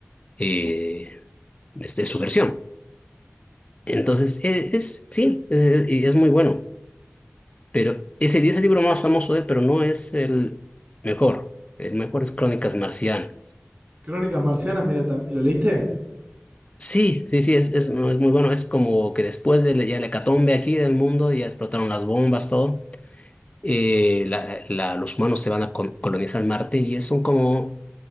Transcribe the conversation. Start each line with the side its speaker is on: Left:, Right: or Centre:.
Left: eh, este, es su versión. Entonces, e- es, sí, es, es- y es muy bueno. Pero ese es el libro más famoso de él, pero no es el mejor. El mejor es Crónicas Marcianas.
Right: Crónicas Marcianas, mira, tam- ¿lo leíste?
Left: Sí, sí, sí, es, es, no, es muy bueno. Es como que después de la- ya la hecatombe aquí del mundo, ya explotaron las bombas, todo. eh, la- la- los humanos se van a col- colonizar Marte y son como